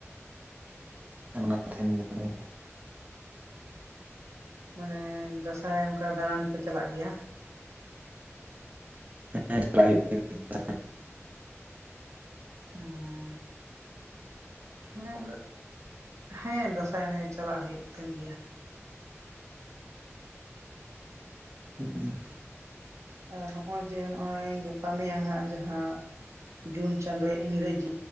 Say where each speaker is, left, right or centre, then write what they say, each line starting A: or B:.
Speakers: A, on the right (about 35°); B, on the right (about 90°).
A: ᱦᱮ ᱢᱟᱱᱟᱣ ᱛᱟᱦᱮᱱ ᱜᱮᱭᱟᱞᱮ
B: ᱢᱟᱱᱮ ᱫᱟᱸᱥᱟᱭ ᱚᱱᱠᱟ ᱫᱟᱬᱟᱱ ᱯᱮ ᱪᱟᱞᱟᱜ ᱜᱮᱭᱟ᱾
A: ᱦᱮᱸ ᱪᱟᱞᱟᱜ ᱦᱩᱭᱩᱜ ᱜᱮᱭᱟ᱾
B: ᱦᱩᱸᱻ ᱦᱮᱸ ᱦᱮᱸ ᱫᱟᱸᱥᱟᱭ ᱮᱱᱮᱡ ᱪᱟᱞᱟᱜ ᱦᱩᱭᱩᱜ ᱛᱟᱦᱮᱱ ᱜᱮᱭᱟ᱾
A: ᱦᱮᱸ
B: ᱟᱨ ᱱᱚᱜ-ᱚᱭ ᱡᱮ ᱱᱚᱜ-ᱚᱭ ᱜᱟᱯᱟ ᱢᱮᱭᱟᱝ ᱦᱟᱸᱜ ᱡᱟᱦᱟᱸ ᱡᱩᱱ ᱪᱟᱸᱫᱳ ᱤᱝᱨᱮᱡᱤᱼᱼ